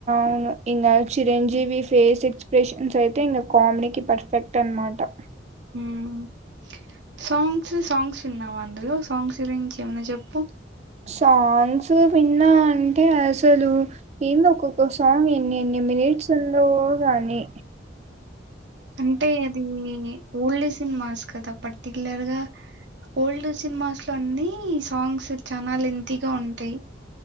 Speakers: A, on the right; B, on the right.
A: ఔను ఇంగ చిరంజీవి ఫేస్ ఎక్స్ప్రెషన్స్యితే ఇంగ కామ్డీకి పర్ఫెక్ట్ అన్మాట
B: హుమ్ సాంగ్స్ సాంగ్స్ ఉన్నావా అందులో సాంగ్స్ ఉరించి ఏమన్నా జెప్పు
A: సాంగ్స్ విన్నా అంటే అసలు ఏందో ఒక్కొక్క సాంగ్ ఎన్ని ఎన్ని మినిట్స్లో ఉందో గానీ
B: అంటే అది ఓల్డ్స్ సినీమాస్ కదా పర్టిక్యులర్ గా ఓల్డ్ సినిమాస్ లో అన్ని సాంగ్స్ చానా లెంతీగా ఉంటాయి